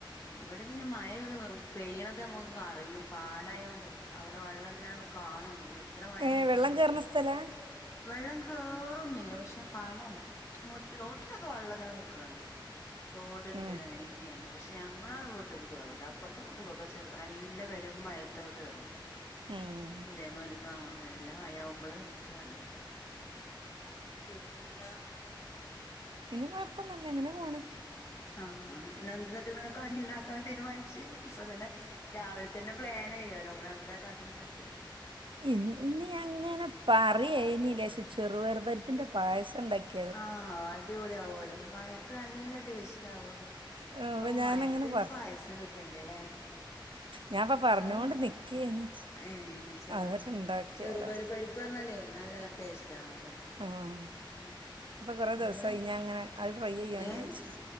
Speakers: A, on the left; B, on the right.
A: ഇവിടെ പിന്നെ മയയൊക്കെ പെയ്യണത് നമുക്ക് അറിയും പാടായോണ്ടേ അവിടെ വെള്ളം എങ്ങനെ കാണും ഞമ്മള് എത്ര മയ
B: ഏഹ്
A: പെയ്താലും
B: വെള്ളം
A: നമുക്ക്
B: കേറുന്ന സ്ഥലാ
A: വെള്ളം കേറൊന്നുമില്ല പക്ഷെ പാടാണ് മുറ്റം റോട്ടിലൊക്കെ വെള്ളം ഇങ്ങനെ നിക്കണണ്ട് തോടുണ്ട്
B: ഉം
A: അങ്ങനെ യൊക്കെയാണ് പക്ഷെ ഞങ്ങളെ വീട്ട്ക്ക് കേറൂല അപ്പുറത്തെ വീട്ട്ക്കൊക്കെ കേറും നല്ല പെരും മയത്തൊക്കെ കേറും
B: മ്മ്
A: അതെമാരിപ്പം നല്ല മയ്യാവുമ്പോള് കേറലുണ്ട് പിന്നെന്താ
B: ഇന്ന് കൊയപ്പൊന്നുല്ല അങ്ങനെ പോണ്
A: ആഹ് ആഹ് ഇന്ന് എന്ന്ട്ട് കടിണ്ടാക്കാൻ തീരുമാനിച്ച് ഇപ്പൊ തന്നെ രാവിലെ തന്നെ പ്ലാനായി നമ്മള് എന്താ കടി ഉണ്ടാക്കേണ്ട
B: ഇന്ന് അങ്ങനെ പറയേനില്ലേ ലേശം ചെറുപയറു പരിപ്പിന്റെ പായസം ഉണ്ടാക്കി
A: ആ അടിപൊളി ആവൂല്ലോ മയേത്ത് നല്ല ടേസ്റ്റ് ആവൂലോ
B: അപ്പൊ
A: ഓഹ്
B: ഞാനങ്ങനെ
A: മയേത്തന്നെ
B: പറ
A: പായസം കിട്ടണ്ടേ അല്ലേ
B: ഞാൻപ്പ പറഞ്ഞോണ്ട്
A: അതെന്നെ
B: നിക്കേനി
A: ഏഹ് ചെറു
B: അതൊക്കെ ഇണ്ടാക്കിയാലോ
A: ചെറുപയറ്പരി പ്പല്ലേ നല്ല ടേസ്റ്റ് ആണല്ലോ
B: ആഹ്
A: ഉം
B: ഇപ്പൊ കൊറെ ദിവസായി
A: ഇവിടെ
B: ഞാൻ അങ്ങനെ അത് ട്രൈ ചെയ്യണം
A: ഏ
B: വിചാരിച്ച്